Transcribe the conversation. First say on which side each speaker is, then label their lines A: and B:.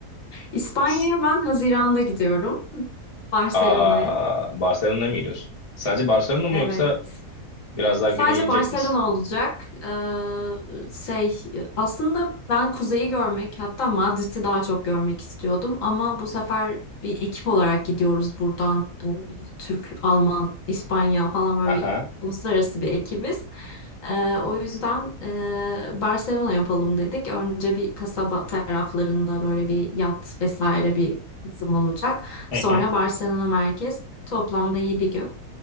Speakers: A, on the left; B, on the left.
A: İspanya'ya
B: S-
A: ben Haziran'da gidiyorum. Barcelona'ya.
B: Aa, Barcelona'ya mı gidiyorsun? Sadece Barcelona mı
A: Evet.
B: yoksa biraz daha
A: Sadece
B: güneye inecek
A: Barcelona
B: misin?
A: olacak. Ee, şey aslında ben kuzeyi görmek hatta Madrid'i daha çok görmek istiyordum ama bu sefer bir ekip olarak gidiyoruz buradan. Ee, Türk, Alman, İspanya falan böyle
B: Aha.
A: bir uluslararası bir ekibiz. Ee, o yüzden e, Barcelona yapalım dedik. Önce bir kasaba taraflarında böyle bir yat vesaire bir kısım olacak.
B: Hı
A: Sonra
B: hı.
A: Barcelona merkez toplamda 7 gün.